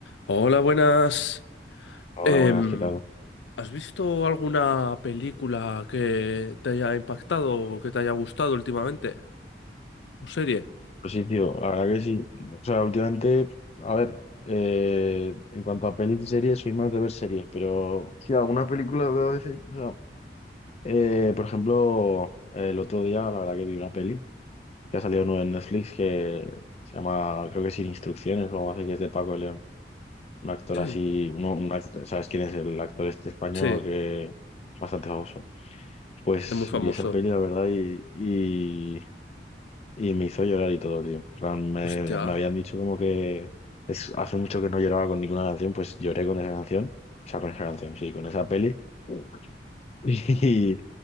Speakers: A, on the left (about 90°); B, on the left (about 35°).
A: Hola, buenas.
B: Hola,
A: Em,
B: buenas, ¿qué tal?
A: ¿has visto alguna película que te haya impactado o que te haya gustado últimamente? ¿O serie?
B: Pues sí, tío, la verdad que sí. O sea, últimamente, a ver, eh, en cuanto a pelis y series, soy más de ver series, pero sí, alguna película veo de series. o sea, eh, por ejemplo, el otro día, la verdad que vi una peli que ha salido nueva en Netflix que se llama, creo que Sin Instrucciones o algo así, que es de Paco de León. Un actor
A: Sí.
B: así, uno, un actor, ¿sabes quién es el actor este español
A: Sí, es
B: que es bastante famoso? Pues
A: muy famoso.
B: vi esa peli, la verdad, y Y me hizo llorar y todo, tío. En plan, Me,
A: Hostia,
B: me habían dicho como que es, hace mucho que no lloraba con ninguna canción, pues lloré con esa canción. O sea, con esa canción, sí, con esa peli. <laughs> Y